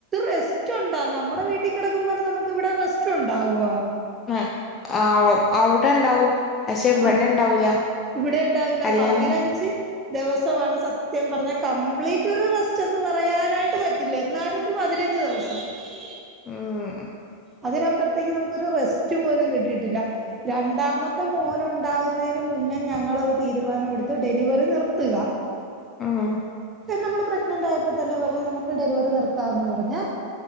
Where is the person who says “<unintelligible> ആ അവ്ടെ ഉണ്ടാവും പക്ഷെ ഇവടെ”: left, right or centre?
Left